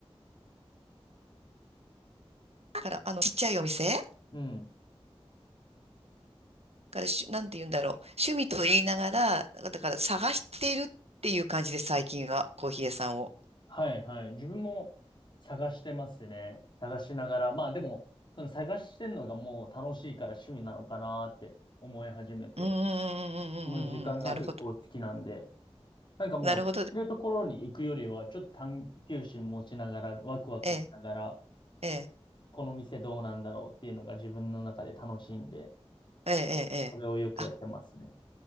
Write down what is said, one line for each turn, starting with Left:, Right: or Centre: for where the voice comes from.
Right: から、あの、ちっちゃいお店
Left: うん。
Right: からし、なんて言うんだろう。趣味と言いながら、だから探しているっていう感じです最近はコーヒー屋さんを。
Left: はいはい。自分も探してますね。探しながら。まあでも、その探してんのがもう楽しいから趣味なのかなって思い始めて。
Right: うんうんうんうんうんうんうん。
Left: この時間が結構好きなんで。
Right: なるほど。
Left: なんかもう、
Right: なるほど。
Left: いるところに行くよりは、ちょっと探求心持ちながら、ワクワクしながら、
Right: ええ、ええ、
Left: この店どうなんだろうっていうのが自分の中で楽しいんで、
Right: ええ、ええ。ええあ、
Left: それをよくやってますね。